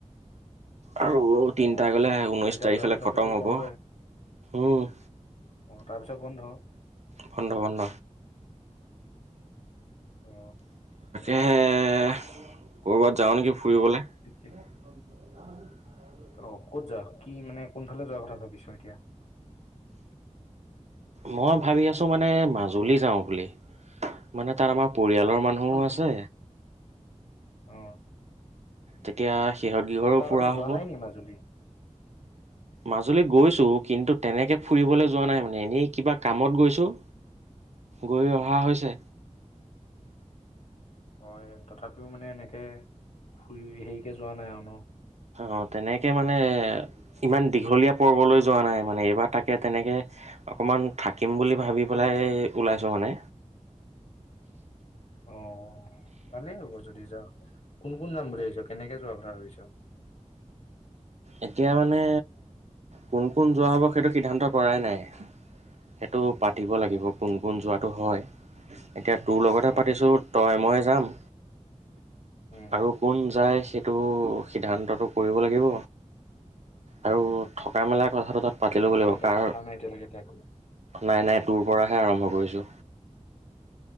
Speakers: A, on the right (about 60°); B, on the left (about 65°).
A: আৰু তিনটা
B: অ
A: গ'লে
B: আকৌ
A: ঊনৈশ
B: সেইকেইটা
A: তাৰিখলৈ
B: যোৱাৰ পিছতেতো
A: খতম হ'ব,
B: বন্ধই
A: উম।
B: অ তাৰপিছত বন্ধ।
A: বন্ধ বন্ধ।
B: অ।
A: এহে, ক'ৰবাত যাওঁ নেকি ফুৰিবলে?
B: <unintelligible>
A: <unintelligible>
B: ত ক'ত যা কি মানে কোনফালে যোৱা কথা ভাবিছো এতিয়া?
A: মই ভাবি আছো মানে মাজুলী যাওঁ বুলি। মানে তাত আমাৰ পৰিয়ালৰ মানুহো
B: তই
A: আছে।
B: অ।
A: তেতিয়া সিহঁত গৃহৰো
B: তই আগতে
A: ফুৰা
B: যোৱা
A: হ'ব।
B: নাই নি মাজুলী।
A: মাজুলী গৈছো কিন্তু তেনেকে ফুৰিবলৈ যোৱা নাই মানে এনেই কিবা কামত গৈছো। গৈ অহা হৈছে।
B: হয় তথাপিও মানে এনেকে ফুৰি হেৰিকে যোৱা নাই আৰু ন?
A: অ তেনেকে মানে ইমান দীঘলীয়া পৰ্বলৈ যোৱা নাই মানে এইবাৰ তাকে তেনেকে অকমান থাকিম বুলি ভাবি পেলাই ওলাইছো মানে।
B: অ, ভালেই হ'ব যদি যাও, কোন কোন যাম বুলি আহিছ কেনেকে যোৱা কথা ভাবিছ?
A: এতিয়া মানে কোন কোন যোৱা হ'ব সেইটো সিদ্ধান্ত কৰাই নাই। সেইটো পাতিব
B: অ
A: লাগিব কোন কোন যোৱাটো হয় এতিয়া তোৰ লগতহে
B: অ
A: পাতিছোঁ। তই, মই যাম
B: উম
A: আৰু কোন যায় সেইটো সিদ্ধান্তটো কৰিব লাগিব। আৰু থকা মেলা কথাটো তাত পাতি ল'ব
B: অ
A: লাগিব
B: মানে তই
A: কাৰ
B: সোধা নাই এতিয়ালৈকে কাকো?
A: নাই নাই, তোৰ পৰাহে আৰম্ভ কৰিছোঁ।